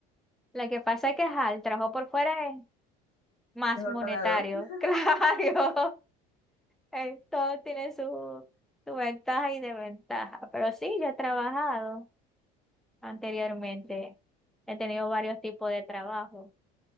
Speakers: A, in the centre; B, on the left.
A: Lo que pasa es que ajá, el trabajo por fuera es más
B: Mejor
A: monetario,
B: pagado. <laughs>
A: <laughs> claro. Eh, todo tiene su, su ventaja y desventaja, pero sí, yo he trabajado anteriormente, he tenido varios tipos de trabajo.